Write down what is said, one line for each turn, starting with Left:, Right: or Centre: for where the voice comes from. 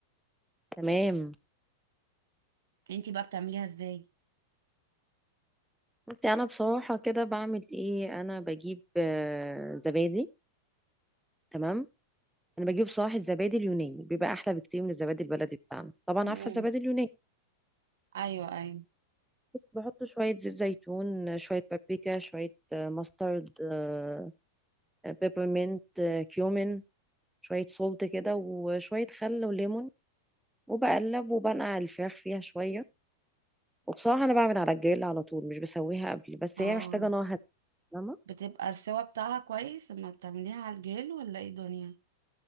Centre: تمام
Right: انتي بقى بتعمليها ازاي
Centre: بصي انا بصراحه كده بعمل ايه انا بجيب آه، زبادي تمام انا بجيب صراحه الزبادي اليوناني بيبقى احلى بكتير من الزبادي البلدي بتاعنا طبعا
Right: مم.
Centre: عارفه الزبادي اليوناني
Right: ايوه ايوه
Centre: بحط شويه زيت زيتون شويه بابريكا شويه آه، ماسترد آه، بيبرمنت آه، كيومين شويه سولت كده وشويه خل وليمون وبقلب وبنقع الفراخ فيها شويه وبصراحه انا بعمل على الجريل على طول مش بسويها قبل بس
Right: اه
Centre: هي محتاجه نار هاديه فاهمة؟
Right: بتبقى السوا بتاعها كويس لما بتعمليها على الجريل ولا ايه دنيا